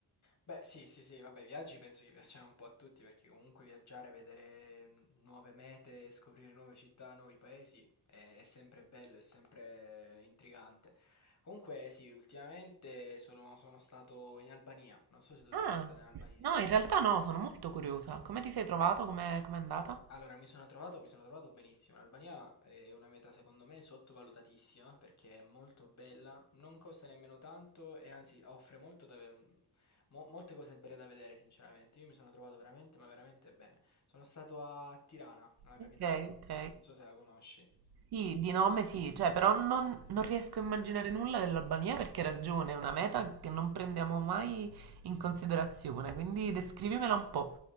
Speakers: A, on the left (about 40°); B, on the right (about 60°).
A: Beh, sì, sì, sì, vabbè, i viaggi penso che piacciono un po' a tutti perché comunque viaggiare, vedere mm, nuove mete, scoprire nuove città, nuovi paesi è, è sempre bello, è sempre intrigante. Comunque, sì, ultimamente sono, sono stato in Albania, non so se tu
B: Ah,
A: sei mai stato in Albania.
B: no, in realtà no, sono molto curiosa. Come ti sei trovato? Come è andata?
A: Mm, Allora, mi sono trovato, mi sono trovato benissimo. L'Albania è una meta, secondo me, sottovalutatissima perché è molto bella, non costa nemmeno tanto e anzi offre molto da ve- mm, mo- molte cose belle da vedere, sinceramente. Io mi sono trovato veramente, ma veramente bene. Sono stato a Tirana, nella capitale.
B: Ok, ok.
A: Non so se la conosci.
B: Sì, di nome sì, cioè, però non, non riesco a immaginare nulla dell'Albania perché hai ragione, è una meta che non prendiamo mai in considerazione, quindi descrivimela un po'.